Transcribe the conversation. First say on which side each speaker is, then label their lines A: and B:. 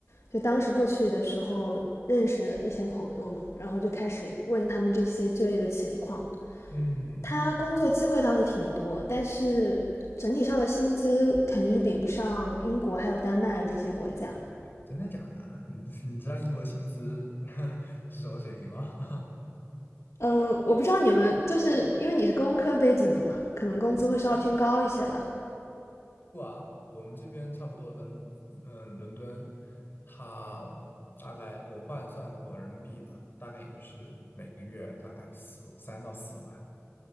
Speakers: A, on the left; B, on the left.
A: 就当时过去的时候认识了一些朋友嘛，然后就开始问他们这些就业的情况。
B: 嗯，
A: 他工作机会倒是挺多，但是整体上的薪资肯定是比不上英国还有丹麦这些国家。
B: 真的假的啊 <laughs> 你你知道英国薪资 <laughs> 是什么水平吗？
A: 呃，我不知道你们就是因为你是工科背景的嘛，可能工资会稍微偏高一些吧。
B: <laughs> 不啊，我们这边差不多伦，嗯，伦敦，它大概我换算过人民币吧，大概也就是每个月大概四三到四万。